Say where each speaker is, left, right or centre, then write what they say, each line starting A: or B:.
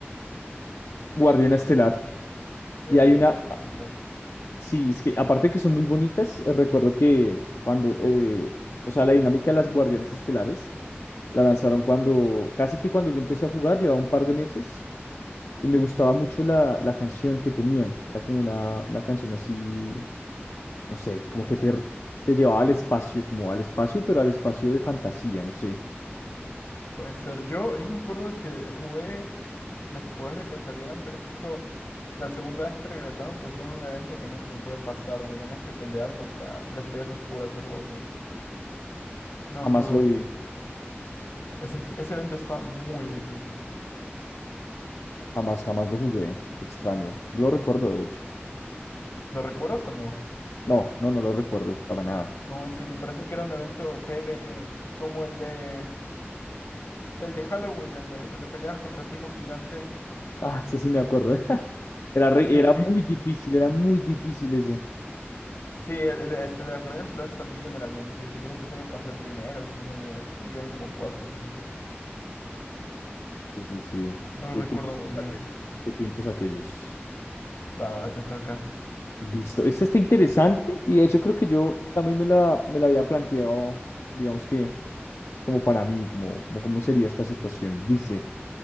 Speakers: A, on the left; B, on the left.
A: Guardiana Estelar.
B: Sí,
A: Y hay
B: te parecen
A: una
B: bonitas.
A: Sí, es que aparte que son muy bonitas, eh, recuerdo que cuando, eh, o sea, la dinámica de las guardianes estelares la lanzaron cuando, casi que cuando yo empecé a jugar, llevaba un par de meses y me gustaba mucho la, la canción que tenían. Era como una, una canción así, no sé, como
B: Uh,
A: que te, r- te llevaba al espacio, como al espacio, pero al espacio de fantasía, no sé.
B: puede ser. Yo, yo me acuerdo que jugué después de que salieran, pero justo la segunda vez que regresaron pusieron un evento que nunca me puede pasar, donde tenías que pelear contra las estrellas oscuras o algo así. No me
A: Jamás
B: acuerdo
A: lo
B: muy
A: vi,
B: Ese, ese evento estaba muy difícil.
A: jamás, jamás lo jugué. Extraño. No lo recuerdo, de hecho.
B: ¿Lo recuerdas o no?
A: No, no, no lo recuerdo para nada.
B: No, sí, me parece que era un evento PvE, como el de el de Halloween, el de donde peleabas contra Timo Gigante.
A: Ah, <laughs> sí, sí me acuerdo. Era, re-
B: Sí,
A: era
B: sí.
A: muy difícil, era muy difícil ese.
B: Sí, el- el- este, las jornadas solares también era bien difícil. Creo que solo me pasé el primero, el segundo nivel. Y quedan como cuatro o cinco.
A: Sí, sí, sí.
B: No lo
A: ¿Qué,
B: recuerdo
A: qué tiempos
B: muy bien.
A: aquellos? ¿Qué tiempos aquellos?
B: Va, va, te toca.
A: Listo. Esta está interesante y de hecho creo que yo también me la, me la había planteado, digamos que como para mí, como, como cómo sería esta situación. Dice,